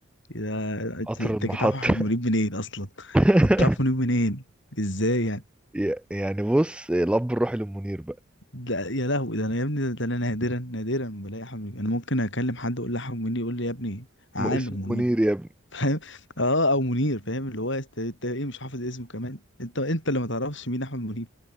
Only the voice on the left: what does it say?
إيه ده انت
أنت
كنت عارف احمد منيب منين اصلا
انت عارف منيب منين ازاي يعني
ده يا لهوي ده انا يا ابني ده انا نادرا نادرا ما بلاقي احمد منيب انا ممكن اكلم حد اقول له احمد منيب يقول لي يا ابني عامر
منيب
<laughs> فاهم اه او منير فاهم اللي هو است- انت ايه مش حافظ اسمه كمان انت انت اللي ما تعرفش مين احمد منيب